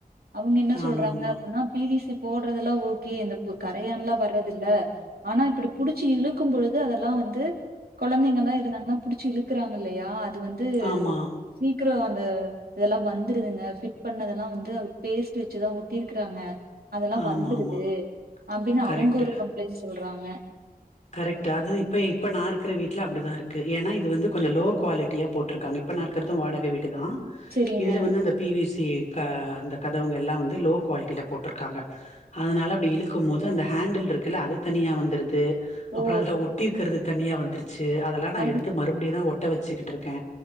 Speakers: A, on the right; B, on the left.
A: அவங்க என்ன
B: ஆமா
A: சொல்றாங்க
B: ஆமா
A: அப்டின்னா பி வி சி போடுறதெல்லாம் ஓகே இந்த கரையான்லாம் வர்றது இல்ல ஆனா இப்டி புடிச்சி இழு இழுக்கும் பொழுது அதெல்லாம் வந்து குழந்தைங்க எல்லாம் இருந்தாங்கன்னா புடிச்சி இழுக்குறாங்கல்லையா அது வந்து
B: ஆமா
A: சீக்கிரம் அந்த இதெல்லாம் வந்துருதுங்க ஃபிட் பண்ணதெல்லாம் வந்து பேஸ்ட் வச்சுதான் ஒட்டிருக்கறாங்க அதெல்லாம்
B: ஆமா
A: வந்துறுது
B: ஆமா
A: அப்டின்னு
B: கரெக்ட்
A: அவங்க ஒரு கம்ப்ளைண்ட் சொல்றாங்க
B: கரெக்ட். அது இப்ப இப்ப நான் இருக்கிற வீட்ல அப்டிதான் இருக்கு. ஏன்னா இது வந்து கொஞ்சம் லோ குவாலிட்டியா போட்டிருக்காங்க. இப்ப நான் இருக்கிறதும் வாடகை வீடு தான்
A: செரிங்க
B: இதுல வந்து அந்த பி வி சி க இந்த கதவுங்க எல்லாம் வந்து லோ குவாலிட்டியில போட்டுருக்காங்க அதனால அப்டி இழுக்குமோது அந்த ஹேண்டில்டுருக்குல்ல அது தனியா வந்துருது அப்புற
A: ஓ
B: அதுல ஒட்டி இருக்கிறது தனியா வந்துருச்சு அதெல்லா நா
A: அது
B: எடுத்து மறுபடியுதா ஒட்ட வெச்சுக்கிட்டுருக்கே